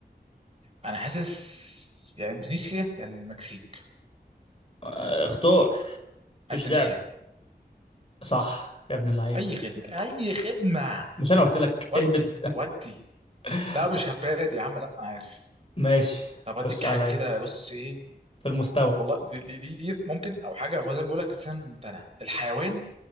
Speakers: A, on the right (about 35°); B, on the left (about 35°).
A: انا حاسس يا اندونيسيا يا المكسيك
B: آه، اختار
A: اندونيسيا
B: مش لعب صح يا ابن اللعيبه
A: اي خدمه اي خدمه
B: مش انا قلت لك
A: ودي
B: اهبد
A: ودي
B: <laughs>
A: لا مش هباد يا عم لا عارف
B: ماشي
A: طب اديك
B: خش عليا
A: حاجه كده بص ايه
B: في المستوى
A: والله دي دي, دي, دي ممكن او حاجه هو زي ما بقول لك الانسان ممتنع الحيوان